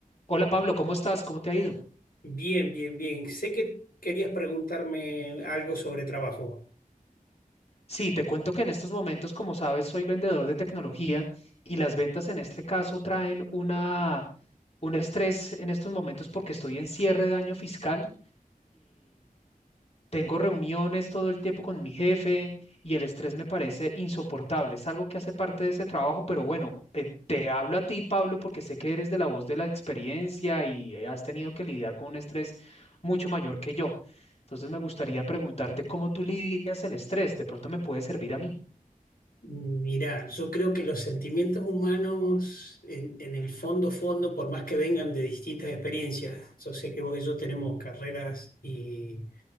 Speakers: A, on the left; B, on the left.
A: Hola Pablo, ¿cómo estás? ¿Cómo te ha ido?
B: Bien, bien, bien. Sé que querías preguntarme algo sobre trabajo.
A: Sí, te cuento que en estos momentos, como sabes, soy vendedor de tecnología y las ventas en este caso traen una, un estrés en estos momentos porque estoy en cierre de año fiscal Tengo reuniones todo el tiempo con mi jefe y el estrés me parece insoportable. Es algo que hace parte de ese trabajo, pero bueno, eh, te hablo a ti, Pablo, porque sé que eres de la voz de la experiencia y eh, has tenido que lidiar con un estrés mucho mayor que yo. Entonces me gustaría preguntarte cómo tú lidias el estrés. De pronto me puede servir a mí.
B: Mirá, yo creo que los sentimientos humanos, en, en el fondo, fondo, por más que vengan de distintas experiencias, yo sé que vos y yo tenemos carreras y,